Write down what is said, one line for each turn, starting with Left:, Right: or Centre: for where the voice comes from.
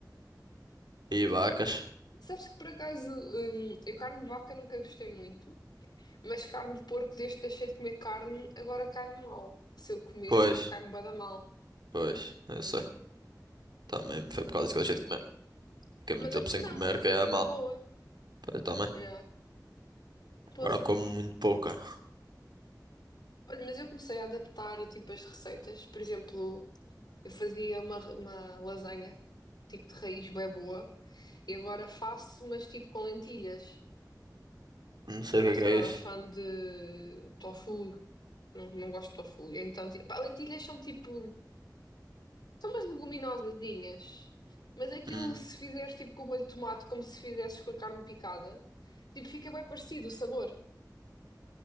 Right: E vacas.
Left: Sabes que por acaso, hum, eu carne de vaca nunca gostei muito, mas carne de porco, desde que deixei de comer carne, agora cai-me mal. Se eu comer,
Right: Pois,
Left: tipo, cai-me bué da mal.
Right: pois, eu sei. Também foi por causa disso que eu deixei de comer. Fiquei muito
Left: Mas
Right: tempo
Left: antes
Right: sem
Left: não,
Right: comer,
Left: antes
Right: que
Left: era
Right: é mal.
Left: na boa.
Right: Pois também.
Left: Yeah.
Right: Agora
Left: Poça.
Right: como muito pouco, cara.
Left: Olha, mas eu comecei a adaptar, tipo, as receitas. Por exemplo. Eu fazia uma, uma lasanha, tipo de raiz bem boa, e agora faço, mas tipo com lentilhas,
Right: Não sei
Left: porque
Right: o
Left: eu
Right: que
Left: não
Right: é
Left: sou
Right: que é
Left: nada
Right: isso.
Left: fã de tofu, não, não gosto de tofu. E então, tipo, pá, lentilhas são tipo, são umas leguminosazinhas, mas aquilo
Right: Hum,
Left: se fizeres tipo com o molho de tomate, como se fizesses com a carne picada, tipo, fica bem parecido o sabor.